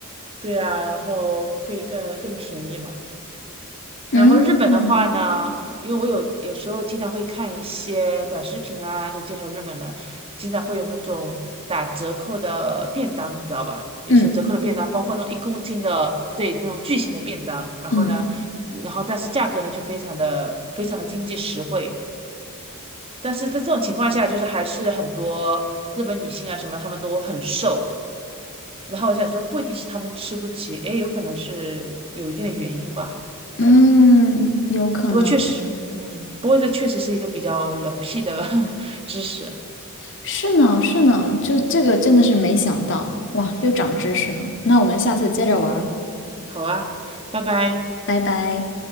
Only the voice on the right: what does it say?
对啊，然后会更更便宜嘛。
然后日本的话呢，因为我有有时候经常会看一些短视频啊，就介绍日本的，经常会有那种打折扣的便当，你知道吧？有些折扣的便当，
包括那种一公斤的，对，那种巨型的便当。然后呢，
然后但是价格呢却非常的非常的经济实惠。但是在这种情况下，就是还是很多日本女性啊什么，她们都很瘦。然后我想说，不一定是她们吃不起，诶，有可能是有一定的原因吧，可能。
不过确实，嗯，不过这确实是一个比较冷僻的 <laughs> 知识。
好啊，拜拜。